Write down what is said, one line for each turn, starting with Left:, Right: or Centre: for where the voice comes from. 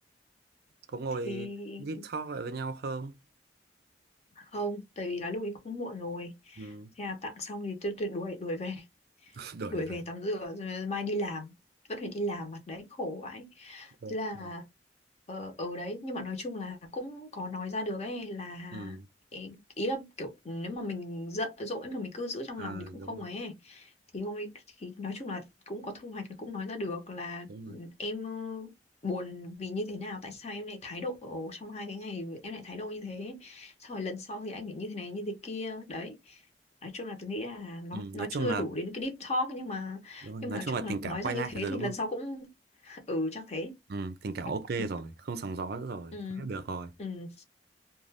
Right: có ngồi
Left: thì
Right: deep talk lại với nhau không
Left: không tại vì là lúc ý cũng muộn rồi
Right: ừ.
Left: thế là tặng xong thì tôi, tôi đuổi đuổi về
Right: <laughs> đổi
Left: đuổi
Right: về
Left: về tắm rửa rồi mai đi làm vẫn phải đi làm mặt đấy khổ vậy
Right: ok
Left: thế là ờ, ở đấy nhưng mà nói chung là cũng có nói ra được ấy là
Right: ừ.
Left: ý ý là kiểu nếu mà mình giận dỗi mà mình cứ giữ trong
Right: à,
Left: lòng thì cũng
Right: đúng
Left: không
Right: rồi
Left: ấy ấy. thì hôm ấy thì nói chung là cũng có thu hoạch cũng nói ra được là
Right: đúng
Left: ừ,
Right: rồi
Left: em ờ, buồn vì như thế nào tại sao em lại thái độ trong hai cái ngày em lại thái độ như thế sau rồi lần sau thì anh phải như thế này như thế kia đấy nói chung là tôi nghĩ là nó
Right: ừ.
Left: nó
Right: nói chung
Left: chưa
Right: là
Left: đủ đến cái deep talk nhưng mà
Right: đúng rồi.
Left: nhưng
Right: nói
Left: mà nói
Right: chung
Left: chung
Right: là tình
Left: là nói
Right: cảm quay
Left: ra như
Right: lại
Left: thế
Right: rồi
Left: thì
Right: đúng
Left: lần
Right: không
Left: sau cũng <laughs> ừ chắc thế
Right: ừ. tình cảm ok
Left: <laughs>
Right: rồi không sóng gió nữa rồi
Left: ừ
Right: thế được rồi
Left: ừ